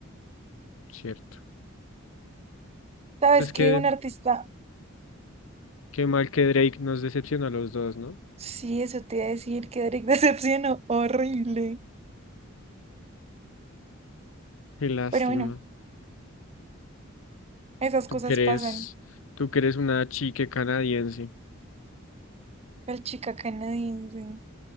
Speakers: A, on the left; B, on the right.
A: cierto.
B: ¿Sabes
A: Pues que,
B: qué? Un artista.
A: qué mal que Drake nos decepcionó a los dos, ¿no?
B: Sí, eso te iba a decir que Drake <laughs> decepcionó. Horrible.
A: Qué lástima.
B: Pero bueno, esas
A: Tú
B: cosas
A: que eres,
B: pasan.
A: tú que eres una chique canadiense.
B: El chica canadiense.